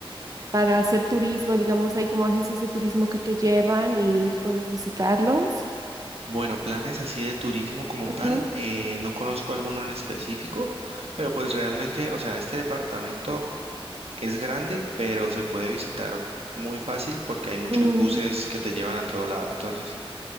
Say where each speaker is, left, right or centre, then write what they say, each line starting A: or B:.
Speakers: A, on the right; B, on the right.
A: para hacer turismo, digamos, hay como agencias de turismo que te llevan y puedes visitarlos.
B: Bueno, planes así de turismo como
A: Ujú,
B: tal, eh, no conozco alguno en específico, pero pues realmente, o sea, este departamento es grande, pero se puede visitar muy fácil porque hay muchos
A: mm,
B: buses que te llevan a todo lado. Entonces,